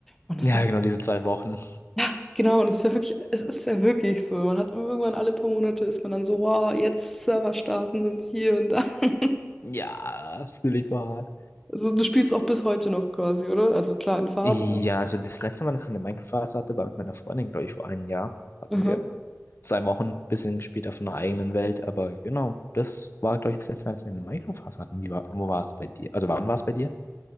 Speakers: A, in the centre; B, on the left (about 50°).
A: Und das
B: Ja,
A: ist,
B: genau, diese zwei Wochen.
A: ja, genau, und es ist ja wirklich, es ist ja wirklich so. Man hat irgendwann alle paar Monate ist man dann so, wow, jetzt Server starten und hier und da. <laughs>
B: Ja, fühle ich so hart.
A: Also du spielst auch bis heute noch quasi, oder? Also klar, in Phasen.
B: Ja, also das letzte Mal, dass ich eine Minecraft-Phase hatte, war mit meiner Freundin, glaube ich, vor einem Jahr. Hatten
A: aber-
B: wir zwei Wochen ein bisschen gespielt auf einer eigenen Welt, aber genau, das war, glaube ich, das letzte Mal, dass wir eine Minecraft-Phase hatten. Wie war, wo war es bei dir? Also wann war es bei dir?